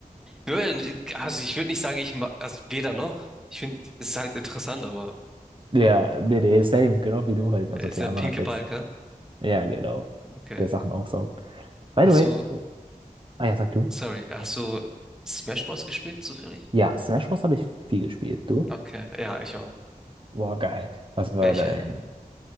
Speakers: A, in the centre; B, on the right.
A: Nö, Also ich würde nicht sagen, ich mag, also weder noch. Ich finde, es ist halt interessant, aber
B: Ja, nee, nee, same, genau wie du halt. Also
A: äh, ist
B: klar,
A: der pinke
B: man hat jetzt
A: Ball, gell?
B: Ja, genau.
A: Okay.
B: Der Sachen aufsaugt. By
A: Hast
B: the way,
A: du,
B: ah ja, sag du.
A: sorry, hast du Smash Bros. gespielt, zufällig?
B: Ja, Smash Bros. habe ich viel gespielt. Du?
A: Okay, ja, ich auch.
B: Boah, geil. Was war
A: Welche?
B: dein?